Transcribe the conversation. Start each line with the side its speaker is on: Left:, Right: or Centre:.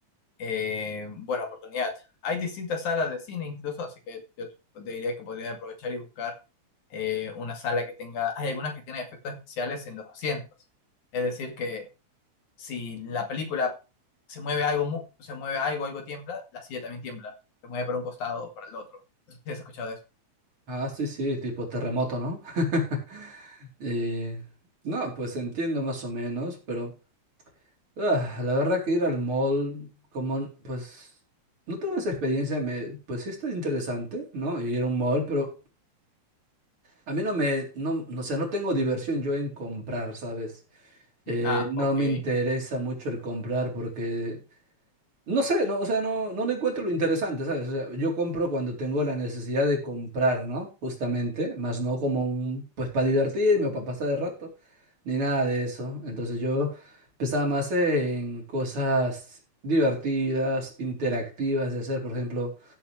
Left: eh, buena oportunidad. Hay distintas salas de cine incluso, así que yo te diría que podría aprovechar y buscar eh, una sala que tenga, hay algunas que tienen efectos especiales en los asientos. Es decir, que si la película se mueve algo, mu- se mueve algo, algo tiembla, la silla también tiembla. Se mueve para un costado o para el otro. ¿Sí has escuchado de eso?
Right: Ah, sí, sí, tipo terremoto, ¿no? <laughs> Eh, no, pues entiendo más o menos, pero ah, la verdad que ir al mall, como, n- pues, no tengo esa experiencia, me, pues sí está interesante, ¿no? Ir a un mall, pero a mí no me, no, no, o sea, no tengo diversión yo en comprar, ¿sabes? Eh,
Left: Y- ah,
Right: no
Left: ok.
Right: me interesa mucho el comprar porque, no sé, no, o sea, no, no le encuentro lo interesante, ¿sabes? O sea, yo compro cuando tengo la necesidad de comprar, ¿no? Justamente, más no como un, pues para divertirme o para pasar el rato, ni nada de eso. Entonces yo pensaba más en cosas divertidas, interactivas de hacer, por ejemplo.